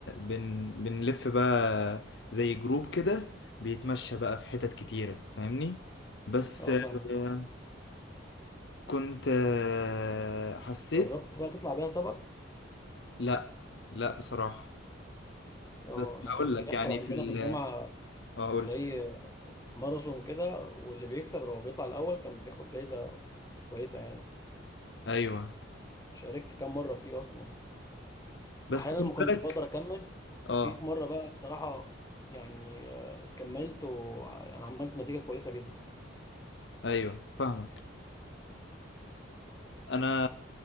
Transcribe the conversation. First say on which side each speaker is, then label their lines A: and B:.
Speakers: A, on the left (about 60°); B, on the left (about 15°).
A: بن... بنلف بقى زي جروب كده بيتمشى بقى في حتت كتيرة فاهمني؟ بس
B: أه
A: آه،
B: فاهم
A: كنت آه، حسيت
B: جربت بقى تطلع بيها سبق
A: لا لا بصراحة
B: اه
A: بس
B: انا
A: هقول
B: كان
A: لك
B: بيحصل
A: يعني
B: عندنا
A: في ال
B: في الجامعه
A: هقول
B: زي ماراثون كده واللي بيكسب لو بيطلع الاول كان بياخد جايزه كويسه يعني
A: ايوه
B: شاركت كام مره فيه اصلا
A: بس
B: احيانا
A: خد
B: ما كنتش
A: بالك
B: بقدر اكمل وفي
A: اه
B: في مره بقى بصراحه يعني آه، كملت ويعني عملت نتيجه كويسه جدا
A: ايوه فاهمك انا